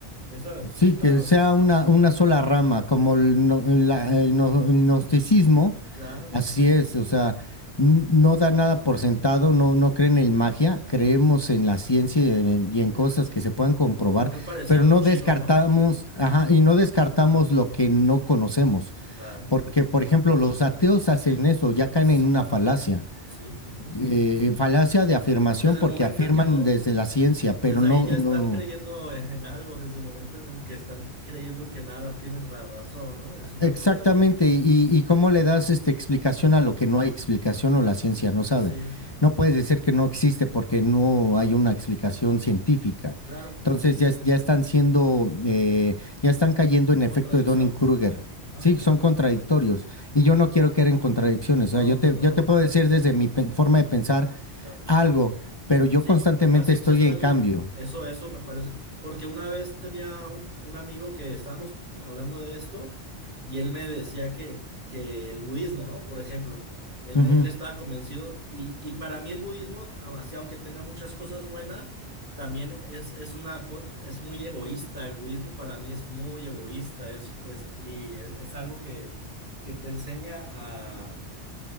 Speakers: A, on the right; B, on the left.
A: esa,
B: Sí,
A: claro,
B: que sea
A: eh,
B: una, una sola rama, como el, no- la- el no- el gnosticismo,
A: claro.
B: así
A: sí.
B: es, o sea, n- no da nada por sentado, no, no creen en magia, creemos en la ciencia y en, y en
A: Eh,
B: cosas que se puedan comprobar,
A: Muy parecido
B: pero
A: a los
B: no
A: chinos,
B: descartamos,
A: ¿no?
B: ajá, y no descartamos lo que no conocemos,
A: Claro,
B: porque, por ejemplo, los ateos hacen eso, ya caen
A: s-
B: en una
A: claro.
B: falacia,
A: Sí, sí, sí.
B: eh, falacia de afirmación
A: Desde el
B: porque
A: momento
B: afirman
A: en que no,
B: desde la ciencia,
A: desde
B: pero no,
A: ahí ya están
B: no.
A: creyendo en en algo, desde el momento en el que están creyendo que nada tienen la razón, ¿no? Es una
B: Exactamente,
A: tontería. Ajá.
B: y, y cómo le das esta explicación a lo que no hay explicación o la ciencia no sabe.
A: Sí,
B: No puedes decir que no existe porque no hay una explicación científica.
A: claro.
B: Entonces ya, es- ya están siendo, eh, ya están cayendo en
A: Contradicción.
B: efecto de Dunning-Kruger.
A: Ajá.
B: Sí, son contradictorios. Y yo no quiero caer en contradicciones.
A: Eh, No,
B: O sea, yo
A: pues
B: te,
A: no.
B: yo te puedo decir desde mi pe- forma de pensar
A: Claro.
B: algo, pero yo
A: Sí,
B: constantemente
A: la ciencia
B: estoy
A: está
B: en
A: bien.
B: cambio.
A: Eso, eso me parece. Porque una vez tenía un un amigo que estábamos hablando de esto y él me decía que, que el budismo, ¿no? Por ejemplo, él,
B: Ujú,
A: me- él
B: ujú.
A: estaba convencido y, y para mí el budismo, así aunque tenga muchas cosas buenas, también es, es una, co- es muy egoísta. El budismo para mí es muy egoísta. Es, es, y es, es algo que, que te enseña a,